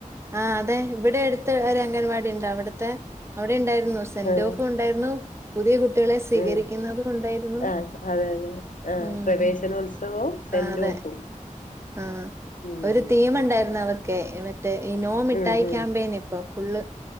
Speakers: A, on the right (about 20°); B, on the left (about 70°).
A: ആ അതെ ഇവിടെ എടുത്ത് ഒരു അംഗൻവാടി ഉണ്ട് അവിടുത്തെ അവിടെ ഉണ്ടായി ന്നു സെന്റോഫും
B: ആഹ്
A: ഉണ്ടായിരുന്നു പുതിയ കു- കുട്ടികളെ സ്വീകരിക്കുന്നതും
B: ഉം
A: ഉണ്ടായിരുന്നു.
B: ആഹ് അതെ അതെ ആഹ്
A: ഉം
B: പ്രവേശനോത്സവവും സെന്റ്
A: ആ അതെ
B: ഓഫും
A: ആ
B: ഉം
A: ഒരു തീം ഉണ്ടായിരുന്നു അവ കേെ എ <unintelligible> ഈ നോ മിഠായി
B: ഉം ഉം
A: ക്യാമ്പയിൻ ഇപ്പൊ ഫുള്ള്